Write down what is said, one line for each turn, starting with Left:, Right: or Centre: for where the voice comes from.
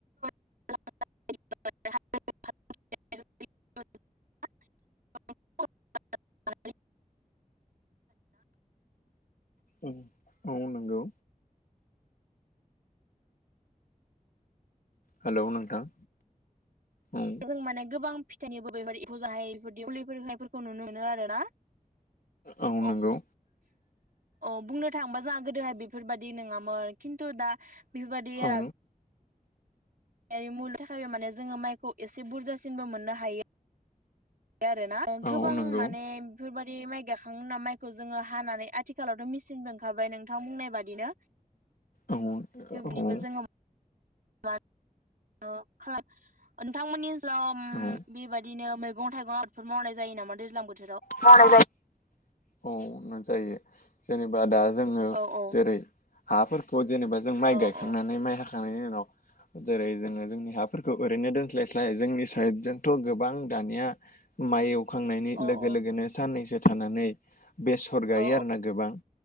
Right: <unintelligible> <unintelligible>
Left: औ-औ-औ नंगौ। हेलौ नोंथां। औ
Right: जों माने गोबां। जेनिबो बेफोरदि एम्फौ जानाय मुलिफोर होनायफोरखौ नुनो मोनो आरो ना?
Left: औ नंगौ
Right: अब। अ बुंनो थाङोबा जोंहा गोदोहाय बेफोरबायदि नङामोन खिन्तु दा। बेफोरबायदि <unintelligible>
Left: औ
Right: बे मुुलिनि थाखायबो माने जोङो माइखौबुजासिनबो मोनो हायो। बे आरो ना
Left: औ
Right: गोबां
Left: नंगौ
Right: माने बेफोरबादि। बे माइ गाखांनायनि उनाव माइखौ जोङो हानानै आथिखालावथ' मेसिनबो ओंखारबाय नोंथां बुंनाय बादिनो।
Left: औ-औ।
Right: बेबायदिबो जोङो <unintelligible> खालाम नोंथांमोननि ओनसो। सोलाव
Left: औ
Right: बेबायदिनो मैगं। मैंगं-थाइगं आबादफोर मावनाय जायो नामा दैज्लां बोथोर।
Left: मावनाय जायो। औ जायो जेनेबा दा। जोङो
Right: औ औ
Left: जेरै हाफोर। जेनेबा जों माइ
Right: औ
Left: गायखांनानै
Right: औ
Left: माइ हाख। खांनायनि उनाव जेरै जोङो जोंनि हाफोरखौ ओरैनो दोनस्लाय स्लाय। स्लाय जोंनि साइदजोंथ'
Right: औ
Left: गोब। गोबां दानिया माइ। खांनायनि
Right: औ
Left: लोगो
Right: औ
Left: लोगोनो साननैसो। थानानै। बेसर गायो
Right: औ
Left: आरो ना गोबां